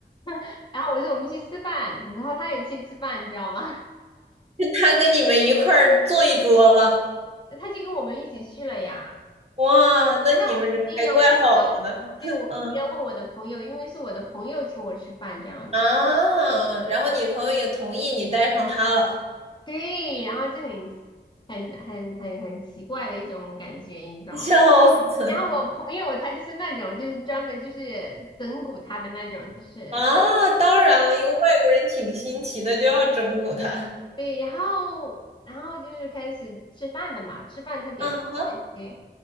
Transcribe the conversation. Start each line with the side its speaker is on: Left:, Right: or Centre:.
Left: <laughs> 然后我说我们去吃饭，然后他也去吃饭，你知道吗？
Right: 他跟你们一块儿坐一桌了，
Left: <laughs> 他就跟我们一起去了呀。
Right: 哇，那你们人还怪好的呢，
Left: 那我肯定要问我的，
Right: <laughs>
Left: 对，我肯定要问我的朋友，
Right: 嗯。
Left: 因为是我的朋友请我吃饭这样子。
Right: 啊，然后你朋友也同意你带上他了，
Left: 对，然后就很很很很很奇怪的一种感觉，你知道吗？
Right: <laughs> 笑死！
Left: 然后我朋友他就是那种，就是专门就是整蛊他的那种，就是。
Right: 啊，当然了，一个外国人挺新奇的，就要整蛊他。
Left: 对，然后然后就是开始吃饭了嘛，吃饭他点菜的一些，
Right: 啊哈，